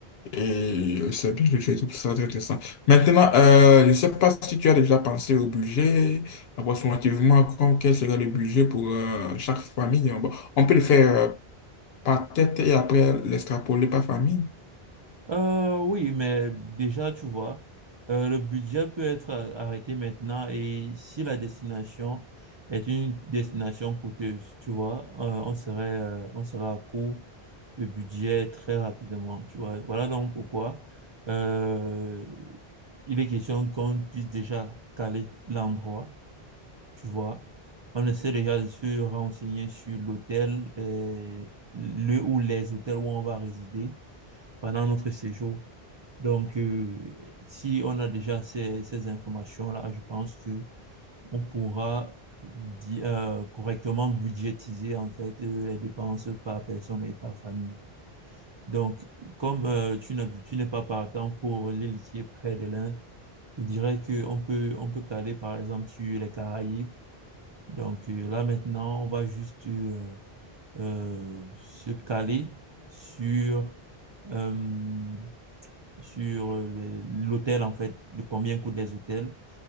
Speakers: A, on the left (about 80°); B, on the right (about 45°).
A: Et euh, c'est bien, je je trouve ça très intéressant. Maintenant, euh, je ne sais pas si tu as déjà pensé au budget, approximativement, quand- quel sera le budget pour euh, chaque famille. Bon, on peut le faire euh, par tête et après l'extrapoler par famille.
B: Euh, oui, mais déjà, tu vois, euh, le budget peut être a- arrêté maintenant et si la destination est une destination coûteuse, tu vois, euh, on serait, euh, on serait à court de budget très rapidement, tu vois. Voilà donc pourquoi euh, il est question qu'on puisse déjà caler l'endroit, tu vois. On essaie déjà de se renseigner sur l'hôtel, et le ou les hôtels où on va résider pendant notre séjour. Donc, euh, si on a déjà ces, ces informations-là, je pense que on pourra bi- euh, correctement budgétiser en fait euh, les dépenses par personne et par famille. Donc, comme euh, tu n'as- tu n'es pas partant pour l'île qui est près de l'Inde, je dirais que on peut on peut caler par exemple sur les Caraïbes. Donc euh, là maintenant, on va juste euh, euh, se caler sur euh, sur euh, l'hôtel, en fait, de combien coûtent les hôtels.